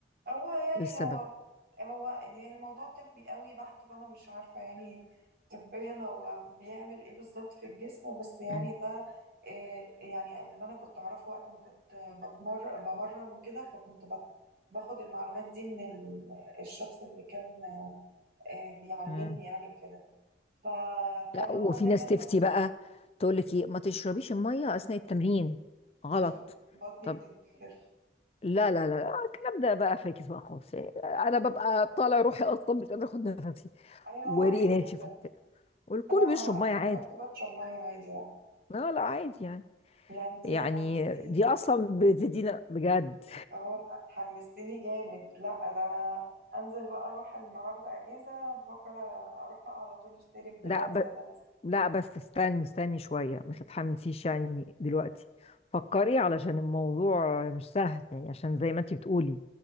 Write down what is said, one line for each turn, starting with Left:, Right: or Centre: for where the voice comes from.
Right: هو يعني
Left: ايه السبب
Right: هو هو يعني موضوع طبي قوي بحت فانا مش عارفه يعني طبيا هو بيعمل ايه بالظبط في الجسم بس يعني
Left: مم.
Right: ده إيه يعني اللي انا كنت اعرفه وقت ما كنت بتمر بمرن وكده فكنت بت- باخد المعلومات دي من ال- الشخص اللي كان آه، بيعلمني
Left: مم.
Right: يعني وكده فكان
Left: لا وفي
Right: هو دايما
Left: ناس
Right: يقول
Left: تفتي بقى تقول لك ايه ما تشربيش المية اثناء التمرين غلط
Right: عشان بطني
Left: طب
Right: بتنتفخ
Left: لا لا لا لا، الكلام ده بقى فاكس بقى خالص يعني انا ببقى طالع روحي اصلا مش قادره اخد نفسي
Right: ايوه
Left: وريقي
Right: هما بيقولوا
Left: ناشف
Right: كده
Left: وبتاع والكل
Right: لا
Left: بيشرب
Right: انا
Left: ميه عادي
Right: أنا عملت بشرب ميه عادي بقى.
Left: لا لا عادي يعني
Right: لا انتي
Left: يعني
Right: حمستيني
Left: دي اصلا بتدينا بجد
Right: اه لا حمستني جامد لا ده انا انزل بقى اروح النهارده اجازه بفكر اروح بقى على طول اشترك
Left: <laughs>
Right: دلوقتي
Left: لا
Right: ولا انزل
Left: لا بس استني استني شوية
Right: مم.
Left: ما تتحمسيش يعني دلوقتي فكري علشان الموضوع مش سهل يعني عشان زي ما انتي بتقولي